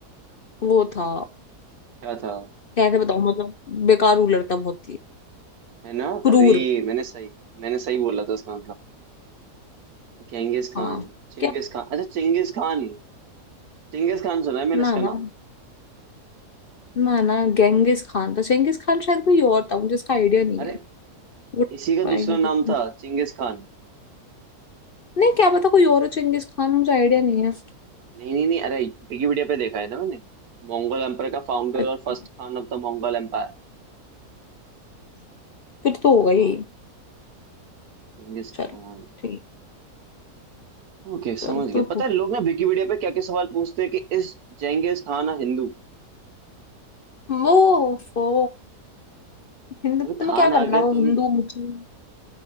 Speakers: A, on the left (about 55°); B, on the right (about 70°).
A: वो था
B: क्या था
A: कैसे बताऊं मतलब बेकार रूलर था बहुत ही
B: है ना
A: क्रूर
B: तभी मैंने सही मैंने सही बोला था इसका मतलब Genghis Khan
A: हाँ
B: Chingis
A: क्या
B: Khan अच्छा चिंगिस खान चिंगिस खान सुना है मैंने
A: ना
B: इसका
A: ना
B: नाम
A: ना ना गेंगिस खान था चेंगिस खान शायद कोई और था मुझे इसका आइडिया नहीं
B: अरे
A: है Would
B: इसी का
A: find
B: दूसरा नाम
A: it-
B: था चिंगिस खान
A: नहीं क्या पता कोई और हो चेंगिस खान मुझे आइडिया नहीं है
B: नहीं नहीं नहीं अरे विकिपीडिया पे देखा है ना मैंने मंगोल एम्पायर का फाउंडर
A: अच्छा
B: और first Khan of the Mongol empire
A: फिर तो होगा यही
B: हाँ चिंगिस खान
A: चल ठीक
B: ओके
A: चल
B: समझ गया
A: तो
B: पता है लोग ना विकिपीडिया पे क्या क्या सवाल पूछते हैं कि इस जेंगिस खान ना हिंदू
A: वो फो हिंदू
B: मतलब
A: तुम्हें
B: खान
A: क्या
B: आ
A: करना
B: गया
A: वो
B: तो
A: हिंदू मुस्लिम